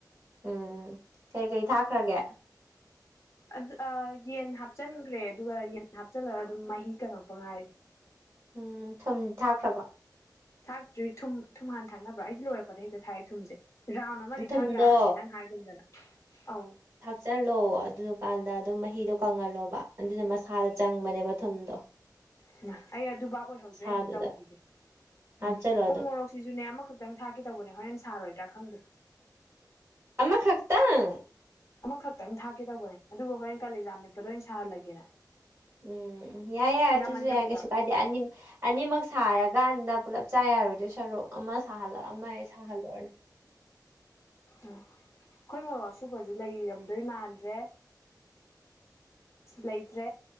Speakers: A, on the right; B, on the left.
A: ꯎꯝ ꯀꯩꯀꯩ ꯊꯥꯛꯈ꯭ꯔꯒꯦ
B: ꯑꯗꯨ ꯑꯥ ꯌꯦꯟ ꯍꯥꯞꯆꯟꯒ꯭ꯔꯦ ꯑꯗꯨꯒ ꯌꯦꯟ ꯍꯥꯞꯆꯜꯂꯒ ꯑꯗꯨꯝ ꯃꯍꯤ ꯀꯉꯛꯄ ꯉꯥꯏ
A: ꯎꯝ ꯊꯨꯝ ꯊꯥꯛꯈ꯭ꯔꯕ‌ꯣ
B: ꯊꯥꯛꯇ꯭ꯔꯤ ꯊꯨꯝ ꯊꯨꯝꯍꯥꯟ ꯊꯥꯛꯅꯕ꯭ꯔꯥ ꯑꯩꯗꯤ ꯂꯣꯏꯔꯛꯄꯗ ꯍꯦꯛꯇ ꯊꯥꯛꯑꯦ ꯊꯨꯝꯖ‌ꯦ ꯔꯥꯎꯟ ꯑꯃꯗꯤ
A: ꯊꯨꯝꯗꯣ
B: ꯊꯥꯛ ꯌꯥꯔꯕꯅ‌ꯦ ꯅꯪ ꯍꯥꯏꯒꯨꯝꯗꯅ ꯑꯧ
A: ꯆꯠꯂꯣ ꯑꯗꯨꯗꯨꯀꯥꯟꯗ ꯑꯗꯨꯝ ꯃꯍꯤꯗꯣ ꯀꯪꯍꯜꯂꯣꯕ ꯑꯗꯨꯅ ꯃꯁꯥꯗ ꯆꯪꯕꯅꯦꯕ ꯊꯨꯝꯗꯣ
B: ꯍꯩꯃꯥ ꯑꯩ ꯑꯗꯨ ꯕꯥꯞ ꯑꯣꯏꯍꯧꯗ꯭ꯔꯦ
A: ꯁꯥꯗꯨꯗ
B: ꯑꯩ ꯑꯝꯇ ꯇꯧꯒꯤꯒꯦ
A: ꯍꯥꯞꯆꯜꯂꯣ
B: ꯎꯝ
A: ꯑꯗꯨꯝ
B: ꯎ ꯃꯣꯔꯣꯛ ꯁꯤꯖꯨꯅꯦ ꯑꯃꯈꯛꯇꯪ ꯊꯥꯛꯀꯦ ꯇꯧꯕꯅꯦ ꯍꯣꯔꯦꯟ ꯁꯥꯔꯣꯏꯗ꯭ꯔꯥ ꯈꯪꯗꯦ
A: ꯑꯃꯥ ꯈꯛꯇꯪ
B: ꯑꯃꯥ ꯈꯛꯇꯪ ꯊꯥꯛꯀꯦ ꯇꯧꯕꯅꯦ ꯑꯗꯨꯒ ꯍꯣꯔꯦꯟ ꯀꯥꯂ‌ꯦꯖꯥꯝ ꯃꯦꯠꯄꯗ ꯑꯣꯏ ꯁꯥꯍꯜꯂꯒꯦꯅ
A: ꯎꯝ ꯌꯥꯏ ꯌꯥꯏ ꯑꯗꯨꯖꯨ
B: ꯌꯥꯝꯃꯟꯗꯕ꯭ꯔꯣ
A: ꯌꯥꯏ ꯀꯩꯁꯨ
B: ꯑꯥ
A: ꯀꯥꯏꯗꯦ ꯌꯥꯅꯤꯝ ꯑꯅꯤꯃꯛ ꯁꯥꯔꯀꯥꯟꯗ ꯄꯨꯂꯞ ꯆꯥ ꯌꯥꯔꯣꯏꯗꯣꯏ ꯁꯔꯨꯛ ꯑꯃꯥ ꯁꯥꯍꯜꯂ ꯑꯃꯥ <unintelligible>
B: ꯎꯝ ꯈꯣꯏ ꯃ‌ꯣꯔꯣꯛ ꯑꯁꯨꯕꯖꯨ ꯂꯩꯔꯝꯗꯣꯏ ꯃꯥꯟꯗ꯭ꯔꯦ ꯂꯩꯇ꯭ꯔꯦ